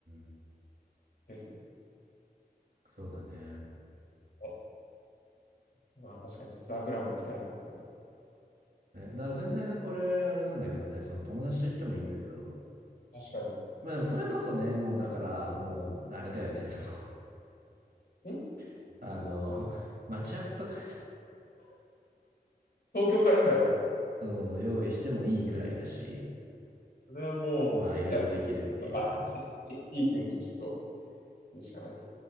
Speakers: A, on the right (about 65°); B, on the left (about 80°).
A: ん。
B: ですね。
A: そうだね。
B: あまあ、確かに、ちょっとザ・グランも行きたいな、これ。
A: え、だから全然これ、あれなんだけどね、その友達と行ってもいいんだけど、
B: 確かに。
A: まあでもそれこそね、もうだから、もうあれだよね、その、
B: ん
A: <laughs> あの、マッチアップとか
B: 東京カレンダーやん。
A: そう、用意してもいいぐらいだし、
B: それはもう、
A: まあいろいろできるっていう感じ。
B: やっぱ、まあスティークにちょっと、言うしかないです。